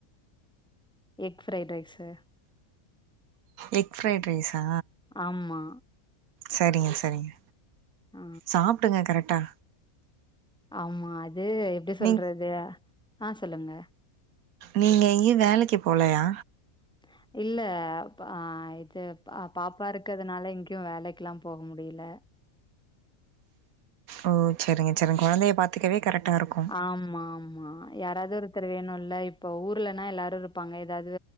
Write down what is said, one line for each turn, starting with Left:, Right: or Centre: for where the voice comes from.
Centre: egg fried rice
Right: egg fried ரைஸா
Centre: ஆமா.
Right: சரிங்க சரிங்க
Centre: ஆ.
Right: சாப்டுங்க கரெட்டா
Centre: ஆமா அது எப்டி சொல்றது
Right: நீ
Centre: ஆ சொல்லுங்க
Right: நீங்க எங்கேயு வேலைக்கு போலயா
Centre: <inaudible> இல்ல ஆ இது பாப்பா இருக்கிறதுனால எங்யு வேலைக்குல்லா போக முடியல
Right: ஓ செரிங்க செரிங்க கொழந்தைய பாத் த்துக்கவே கரெக்டா இருக்கு
Centre: ஆமா ஆமா யாராது ஒருத்தர் வேணுல்ல இப்ப ஊர்லனா எல்லாரு இருப்பாங்க எதாது